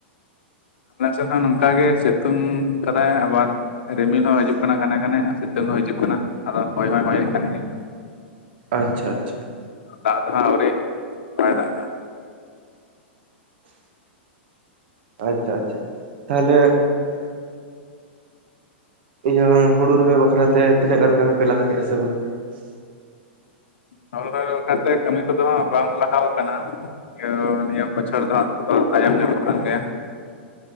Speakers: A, on the left; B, on the right.
A: ᱟᱞᱮ ᱥᱮᱱ ᱦᱚᱸ ᱱᱚᱝᱠᱟ ᱜᱮ ᱥᱤᱛᱩᱝ ᱠᱟᱫᱟᱭ ᱟᱵᱟᱨ ᱨᱤᱢᱤᱞ ᱦᱚᱸ ᱦᱤᱡᱩᱜ ᱠᱟᱱᱟ ᱜᱷᱟᱱᱮ ᱜᱷᱟᱱᱮ ᱦᱟᱸᱜ ᱥᱤᱛᱩᱝ ᱦᱚᱸ ᱦᱤᱡᱩᱜ ᱠᱟᱱᱟ ᱟᱫᱚ ᱦᱚᱭ ᱦᱚᱸᱭ ᱦᱚᱭᱮᱜ ᱠᱟᱱ ᱜᱮᱭᱟ᱾
B: ᱟᱪᱪᱷᱟ ᱟᱪᱪᱷᱟ
A: ᱫᱟᱜ ᱫᱚ ᱦᱟᱸᱜ ᱟᱣᱨᱤ ᱵᱟᱭ ᱫᱟᱜ ᱠᱟᱜᱼᱟ ᱾
B: ᱟᱪᱷᱟ ᱟᱪᱷᱟ ᱛᱟᱦᱞᱮ ᱤᱭᱟᱹ ᱦᱩᱲᱩ ᱨᱚᱦᱚᱭ ᱵᱟᱠᱷᱨᱟ ᱛᱮ ᱛᱤᱱᱟᱹᱜ ᱜᱟᱱ ᱠᱟᱹᱢᱤ ᱯᱮ ᱞᱟᱦᱟ ᱠᱮᱜᱼᱟ ᱥᱮ ᱵᱟᱝᱟ?
A: ᱦᱳᱲᱳ ᱨᱚᱦᱚᱭ ᱵᱟᱠᱷᱟᱨ ᱛᱮ ᱠᱟᱹᱢᱤ ᱠᱚᱫᱚ ᱦᱟᱸᱜ ᱵᱟᱝ ᱞᱟᱦᱟᱣ ᱠᱟᱱᱟ ᱾ ᱤᱭᱟᱹ ᱱᱤᱭᱟᱹ ᱵᱚᱪᱷᱚᱨ ᱫᱚ ᱦᱟᱸᱜ ᱛᱟᱭᱚᱢ ᱧᱚᱜᱚᱜ ᱠᱟᱱ ᱜᱮᱭᱟ᱾